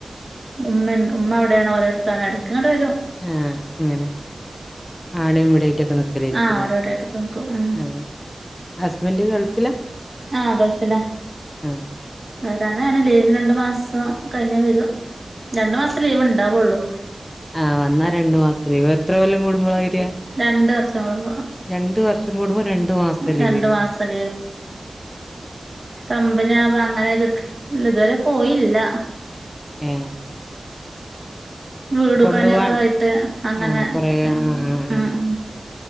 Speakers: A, on the right; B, on the left.
A: ഉമ്മൻ ഉമ്മ അവിടെയാണ് ഓലടുത്താണ് ഇടക്ക് ഇങ്ങോട്ട് വെരും
B: ആ അങ്ങനെ ആണ് ഇവിടായിറ്റൊക്കെ നിക്കലായിരിക്കൂലേ
A: ആഹ് അവിടെ ഇവിടെയായിട്ടൊക്കെ നിക്കും ഉം
B: ആ ഹസ്ബന്റ് ഗൾഫിലാ
A: ആ ഗൾഫിലാ
B: ആഹ്
A: വരാനാണ് ലീവിന് രണ്ടുമാസം കഴിഞ്ഞാവെരും രണ്ടുമാസം ലീവൊണ്ടാവൊള്ളു
B: ആ വന്നാ രണ്ടുമാസത്തെ ലീവ് എത്രകൊല്ലം കൂടുമ്പളാവെര്യ
A: രണ്ടുവർഷം കൂടുമ്പോ
B: രണ്ടുവർഷം കൂടുമ്പോ രണ്ടുമാസത്തെ ലീവില്
A: രണ്ടു മാസം കമ്പനിയാവുമ്പോ അങ്ങനെക്കിട്ട് ഇതുവരെ പോയില്ല
B: ഏ
A: വീടു
B: കൊണ്ടുപോവാൻ
A: പണിയൊക്കെയായിട്ട് അങ്ങനെ
B: ആഹ് കൊറേ
A: കഴിഞ്ഞുടാ
B: ആഹ് ആഹ് ആഹ്
A: ആ അ.